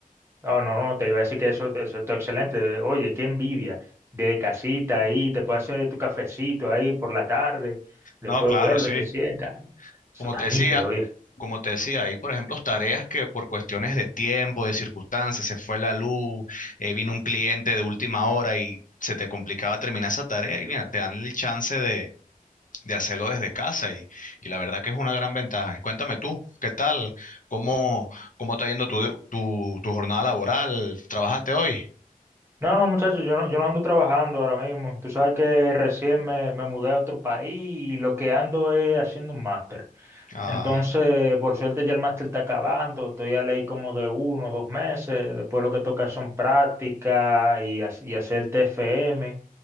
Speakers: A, on the right; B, on the left.
A: no, no, no, te iba a decir que eso, eso está excelente. Oye, qué envidia. De casita ahí, te puedes hacer tu cafecito ahí por la tarde, después
B: No, claro,
A: vuelve,
B: sí.
A: te sientas. Eso
B: Como
A: está
B: te
A: nítido,
B: decía, como te decía, hay, por ejemplo, tareas que por cuestiones de tiempo, de circunstancias, se fue la luz, eh, vino un cliente de última hora y se te complicaba terminar esa tarea y mira, te dan el chance de, de hacerlo desde casa y, y la verdad que es una gran ventaja. Cuéntame tú, ¿qué tal? ¿Cómo, cómo está yendo tu, tu, tu jornada laboral? ¿Trabajaste hoy?
A: No, no, muchachos, yo no, yo no ando trabajando ahora mismo. Tú sabes que recién me, me mudé a otro país y lo que ando es haciendo un máster.
B: Ah,
A: Entonces, por suerte ya el máster está acabando. Estoy a ley como de uno o dos meses. Después lo que toca son prácticas y, ha- y hacer TFM.